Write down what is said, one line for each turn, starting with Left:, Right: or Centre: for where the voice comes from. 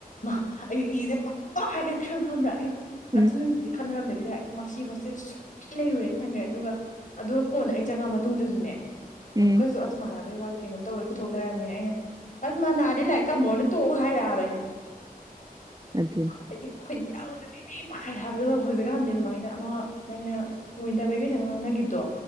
Left: ꯑꯩꯗꯤ ꯏꯁꯦ ꯕꯪꯕ ꯍꯥꯏꯒꯠꯈ꯭ꯔꯕ ꯈꯕ꯭ꯔꯥꯦ
Right: ꯎꯝ
Left: ꯑꯗꯨ ꯅꯨꯃꯤꯠꯇꯨꯗꯤ ꯈꯟꯅꯔꯝꯗꯦ ꯍꯣꯁꯇꯦꯜ ꯁꯨꯛꯂꯩ ꯂꯩꯔꯨꯔꯦꯅ ꯈꯟꯈ꯭ꯔꯦ ꯑꯗꯨꯒ ꯀꯣꯟꯗ ꯑꯩ ꯆꯪꯉꯛꯑ ꯃꯇꯨꯡꯗꯁꯨꯅꯦ
Right: ꯎꯝ
Left: ꯑꯃꯨꯛꯁꯨ ꯑꯁ ꯃꯥꯥ ꯋꯥꯗꯦ ꯀꯩꯅꯣꯝ ꯇꯧꯋꯦ ꯄꯨꯊꯣꯛꯅꯔꯝꯅꯦ ꯑꯩꯅ ꯑꯁ ꯃꯅꯥꯗꯤ ꯂꯥꯏꯔꯤꯛ ꯇꯝꯃꯨꯔꯅꯦ ꯇꯣꯛꯎ ꯍꯥꯏꯔꯛꯑꯕ ꯑꯩꯅ
Right: ꯑꯗꯨꯅꯤ
Left: ꯍꯥꯏꯗꯤ ꯈꯨꯟ ꯇꯧꯗꯕꯤ ꯃꯤ ꯄꯥꯈꯠ ꯑꯗꯨꯒ ꯍꯧꯖꯤꯛꯀꯥꯟꯗꯤ ꯑꯗꯨꯃꯥꯏꯅ ꯑꯃꯨꯛ ꯅꯪꯩꯅ ꯋꯤꯟꯇꯔ ꯚꯦꯀꯦꯁꯟ ꯉꯥꯡꯅꯈꯤꯕꯗꯣ